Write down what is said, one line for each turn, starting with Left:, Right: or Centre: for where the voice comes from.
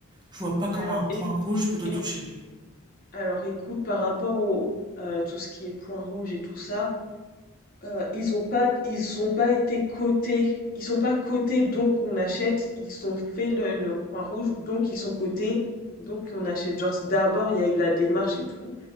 Right: je vois pas comment
Left: Alors,
Right: un
Left: éc-
Right: point rouge peut te
Left: éc-
Right: toucher.
Left: alors écoute, par rapport au euh, tout ce qui est point rouge et tout ça, Heu, ils ont pas ils ont pas été cotés. Ils sont pas cotés, donc on achète. Ils ont fait le leur point rouge, donc ils sont cotés, donc on achète. Genre d'abord, il y a eu la démarche et tout